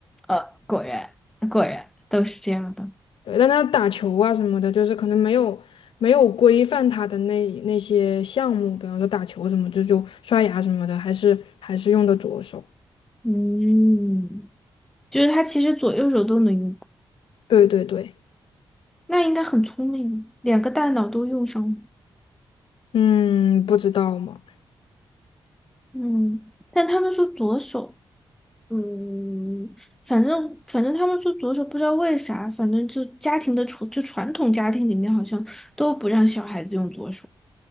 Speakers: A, in the centre; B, on the left.
A: 呃，果然果然都是这样的。
B: 对，但他打球啊什么的，就是可能没有没有规范他的那那些项目，比方说打球什么，就就刷牙什么的，还是还是用的左手。
A: 嗯，就是他其实左右手都能用，
B: 对对对，
A: 那应该很聪明，两个大脑都用上了。
B: 嗯，不知道嘛，
A: 嗯，但他们说左手。嗯，反正反正他们说左手不知道为啥，反正就家庭的传就传统家庭里面好像都不让小孩子用左手。